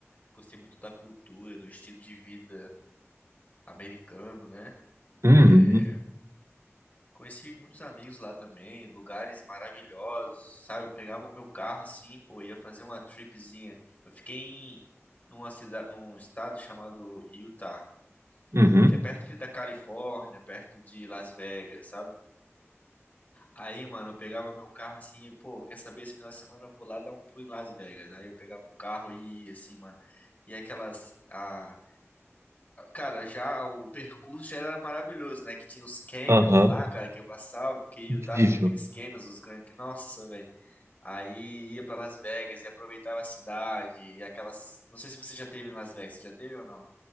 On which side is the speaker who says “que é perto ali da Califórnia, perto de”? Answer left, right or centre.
Left